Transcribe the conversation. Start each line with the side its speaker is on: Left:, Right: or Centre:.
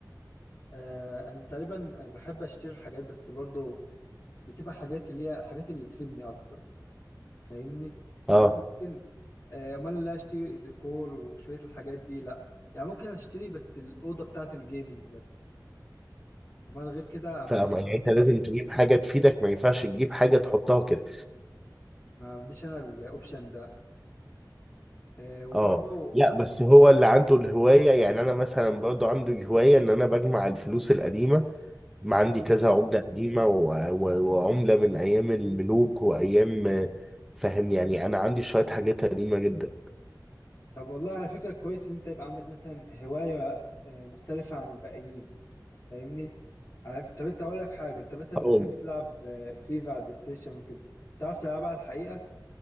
Left: آه انا تقريبا بحب اشتري حاجات بس برضو بتبقى حاجات اللي هي الحاجات اللي تفيدني اكتر فاهمني
Centre: آه.
Left: يعني انا ممكن آه، امال لا اشتري ديكور وشوية الحاجات دي لا يعني ممكن اشتري بس الأوضة بتاعة الجيمنج بس امال غير كده ما
Centre: فاهمة يعني انت لازم تجيب حاجة تفيدك ما ينفعش تجيب حاجة تحطها كده
Left: ما عنديش انا الاوبشن ده آه، وبرضه
Centre: اه لا بس
Left: في
Centre: هو اللي عنده الهواية يعني انا مثلا برضو عندي هواية ان انا بجمع الفلوس القديمة ما عندي
Left: اه
Centre: كذا عملة قديمة و... و... وعملة من ايام الملوك وايام فاهم يعني انا عندي شوية حاجات قديمة جدا
Left: طب والله على فكرة كويس ان انت يبقى عندك مثلا هواية آه، مختلفة عن الباقيين فاهمني عارف طب انت اقول لك حاجه انت مثلا
Centre: اه
Left: بتحب تلعب آه، فيفا على البلاي ستيشن وكده بتعرف تلعبها على الحقيقه